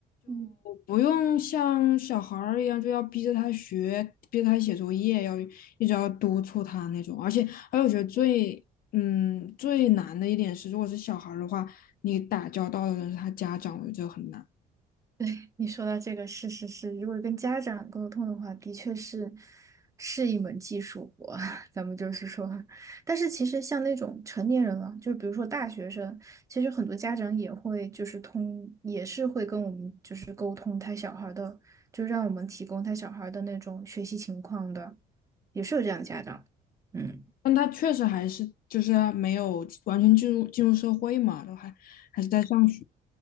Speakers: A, on the right; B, on the left.
A: 嗯。
B: 不用像小孩儿一样，就要逼着他学，逼着他写作业，要一直要督促他那种。而且，而且我觉得最，嗯，最难的一点是，如果是小孩儿的话，你打交道的人是他家长，我觉得这个很难。
A: 对，你说到这个是是是，如果跟家长沟通的话，的确是是一门技术活。<laughs> 咱们就是说，但是其实像那种成年人了，就是比如说大学生，其实很多家长也会就是通，也是会跟我们就是沟通他小孩儿的，就让我们提供他小孩儿的那种学习情况的，也是有这样的家长。嗯。
B: 但他确实还是就是没有完全进入进入社会嘛，都还还是在上学。